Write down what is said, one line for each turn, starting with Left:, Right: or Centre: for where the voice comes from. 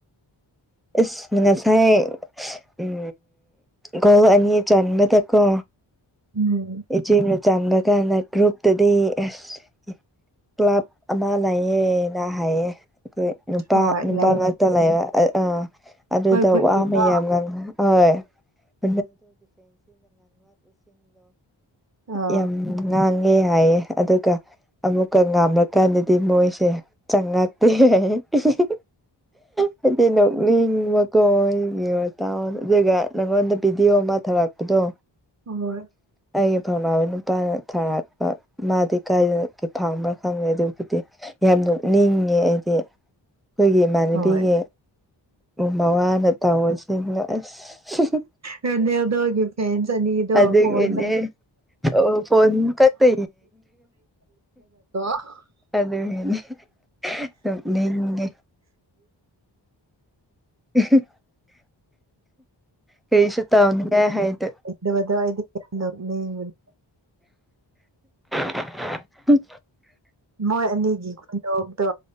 Centre: ꯏꯁꯁ ꯉꯁꯥꯏ ꯎꯝ ꯒꯣꯜ ꯑꯅꯤ ꯆꯕꯗꯀꯣ
Right: ꯎꯝ
Centre: ꯏꯆꯤꯞꯅ ꯆꯟꯕ ꯀꯥꯟꯗ ꯒ꯭ꯔꯨꯞꯇꯨꯗꯤ ꯑꯁ ꯀ꯭ꯂꯕ ꯑꯃ ꯂꯩꯌꯦ ꯅꯥ ꯍꯥꯏꯌꯦ ꯍꯣꯏ ꯅꯨꯄꯥ
Right: ꯍꯣꯏ
Centre: ꯅꯨꯄꯥ
Right: ꯂꯩ
Centre: ꯉꯥꯛꯇ ꯂꯩꯕ ꯑꯥ
Right: ꯑꯩꯈꯣꯏ
Centre: ꯑꯗꯨꯗ
Right: ꯈꯨꯟꯒꯤꯀꯣ
Centre: ꯋꯥ ꯃꯌꯥꯝ ꯉꯥꯡ ꯍꯣꯏ <unintelligible>
Right: ꯑꯥ
Centre: ꯆꯪꯉꯦ ꯍꯥꯏꯌꯦ ꯑꯗꯨꯒ ꯑꯃꯨꯛꯀ ꯉꯥꯝꯂꯀꯥꯟꯗꯗꯤ ꯃꯣꯏꯁꯦ ꯆꯡꯉꯛ ꯑꯍꯦ ꯍꯤꯍꯤꯍꯤ ꯍꯥꯏꯗꯤ ꯅꯣꯛꯅꯤꯡꯕꯀꯣ ꯑꯗꯨꯒꯤ ꯃꯇꯥꯎꯗꯣ ꯑꯗꯨꯒ ꯅꯪꯉꯣꯟꯗ ꯚꯤꯗꯤꯑꯣ ꯑꯃ ꯊꯥꯔꯛꯄꯗꯣ
Right: ꯍꯣꯏ
Centre: ꯑꯩꯒꯤ ꯈꯪꯅꯕ ꯅꯨꯄꯥꯅ ꯊꯥꯔꯛꯄ ꯃꯥꯗꯤ ꯀꯥꯏꯗꯒꯤ ꯐꯪꯕ꯭ꯔꯥ ꯈꯪꯗꯦ ꯑꯗꯨꯕꯨꯗꯤ ꯌꯥꯝ ꯅꯣꯛꯅꯤꯡꯉꯤ ꯍꯥꯏꯗꯤ ꯑꯩꯈꯣꯏꯒꯤ ꯏꯃꯥꯟꯅꯕꯤꯒꯤ
Right: ꯍꯣꯏ
Centre: ꯃꯋꯥ ꯅ ꯇꯧꯕꯁꯤꯡꯗꯣ ꯑꯁ ꯍꯤꯍꯤ
Right: ꯔꯣꯅꯜꯗꯣꯒꯤ ꯐꯦꯟꯁ ꯑꯅꯤꯗꯣ
Centre: ꯑꯗꯨꯒꯤꯅꯦ
Right: ꯐꯣꯟꯗ
Centre: ꯑꯣ ꯐꯣꯟ ꯈꯛꯇ
Right: <unintelligible>
Centre: ꯑꯗꯨꯅꯤꯅꯦ ꯍꯥꯍꯥ ꯅꯣꯛꯅꯤꯡꯉꯦ <unintelligible> ꯀꯩꯁꯨ ꯇꯧꯅꯤꯡꯉꯥꯏ ꯍꯩꯇꯦ
Right: ꯗꯕꯗꯣ ꯑꯩꯗꯤ ꯌꯥꯝ ꯅꯣꯛꯅꯤꯡꯕꯅꯤ
Centre: <unintelligible>
Right: ꯃꯣꯏ ꯑꯅꯤꯒꯤ ꯈꯨꯣꯟꯅꯣꯛꯇꯣ